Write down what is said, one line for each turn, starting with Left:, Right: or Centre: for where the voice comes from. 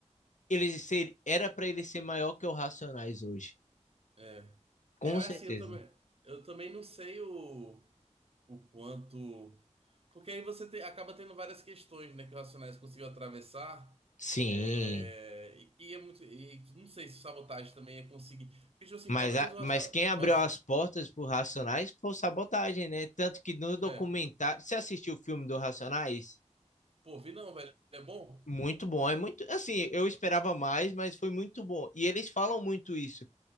Left: ele ser, era para ele ser maior que o Racionais hoje.
Right: É.
Left: Com
Right: É, mas
Left: certeza.
Right: assim, eu também, eu também não sei o, o quanto. Porque aí você te- acaba tendo várias questões, né? Que o Racionais conseguiu atravessar.
Left: Sim.
Right: É, e que é muito. E não sei se sabotagem também é conseguir. Porque, tipo assim,
Left: Mas,
Right: pelo menos
Left: a-
Right: o Racionais.
Left: mas quem abriu as portas pro Racionais foi o Sabotagem, né? Tanto que no documentário.
Right: É.
Left: Você assistiu o filme do Racionais?
Right: Pô, vi não, velho. É bom?
Left: Muito bom, é muito. Assim, eu esperava mais, mas foi muito bom. E eles falam muito isso.